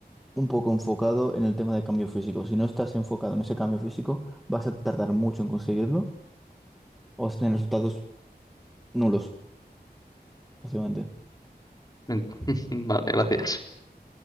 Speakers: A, in the centre; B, on the left.
A: un poco enfocado en el tema de cambio físico. Si no estás enfocado en ese cambio físico, vas a tardar mucho en conseguirlo o vas a tener resultados nulos, básicamente.
B: En- <laughs> Vale, gracias.